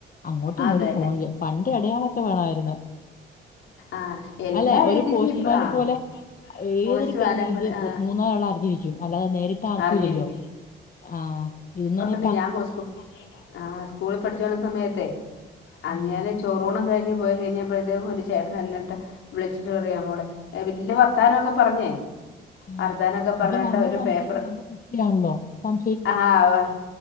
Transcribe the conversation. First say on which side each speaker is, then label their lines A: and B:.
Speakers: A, on the left (about 45°); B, on the left (about 80°).
A: അങ്ങോട്ടും ഇങ്ങോട്ടും
B: അത് തന്നെ
A: ഫോണില് പണ്ട് എടയാള ത്തു വേണായിരുന്നു.
B: ആഹ് എല്ലാ
A: അല്ലെ ഒരു
B: രീതിക്കും
A: പോസ്റ്റ്മാന്
B: ഇപ്പ ആഹ്
A: പോലെ ഏതൊരു
B: പോസ്റ്റ്
A: <unintelligible>
B: വാനപ്പൻ ആഹ്
A: ഒ മൂന്നാരാള് അറിഞ്ഞിരിക്കും. അല്ലാതെ നേരിട്ട് ആർക്കൂയ്യല്ലോ
B: അറിഞ്ഞെനിക്ക്
A: ആഹ് ഇന്നണെ
B: ണ് ഞാൻ കൊസ്‌കു ആഹ് സ്‌കൂളി പട്ചോണ്ടി സമയത്ത് അൻങ്ങ്യാൽ
A: ഉം
B: ചോറുണും കഴി ഞ് പോയി കയിഞ്ഞ പ്പഴതെ ഒരു ചേട്ടൻ എന്നിട്ട് വിളിച്ചിട്ട് പറയാ മോളെ എ വെല്ല് വർത്താനോക്കെ പറഞ്ഞേ
A: ആഹ്
B: വർത്താനൊക്കെ പറഞ്ഞിട്ട്
A: അപ്പൊ നമ്മളെ
B: ഒരു
A: സംശയിക്ക
B: പേപ്പർ
A: നമ്മുടെ കുട്ടിയാണല്ലോ. സം
B: ആഹ്